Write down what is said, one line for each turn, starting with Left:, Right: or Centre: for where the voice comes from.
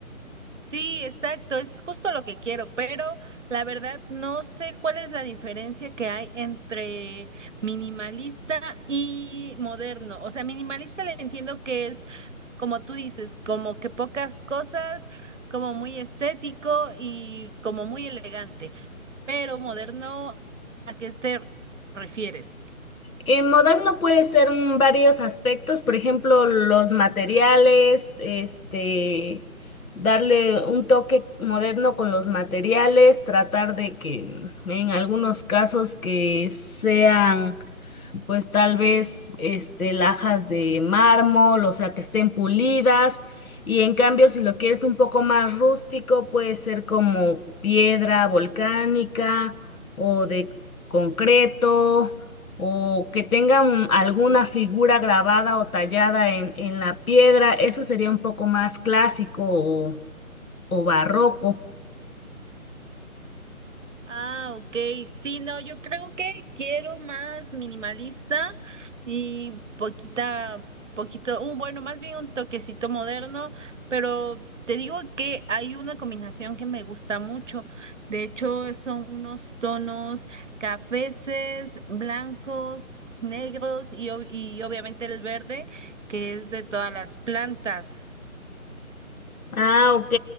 Right: Sí, exacto, es justo lo que quiero, pero la verdad no sé cuál es la diferencia que hay entre minimalista y moderno. O sea, minimalista le entiendo que es, como tú dices, como que pocas cosas, como muy estético y como muy elegante, pero moderno, ¿a qué te refieres?
Left: En moderno puede ser mm, varios aspectos, por ejemplo, los materiales, este, darle un toque moderno con los materiales, tratar de que en algunos casos que sean pues tal vez este, lajas de mármol, o sea, que estén pulidas. Y en cambio, si lo quieres un poco más rústico, puede ser como piedra volcánica o de concreto, o que tenga un- alguna figura grabada o tallada en, en la piedra. Eso sería un poco más clásico o, o barroco.
Right: Ah, ok. Sí, no, yo creo que quiero más minimalista y poquita, poquito, un bueno, más bien un toquecito moderno, pero te digo que hay una combinación que me gusta mucho. De hecho, son unos tonos cafeces, blancos, negros y, ob- y obviamente el verde, que es de todas las plantas.
Left: Ah, ok.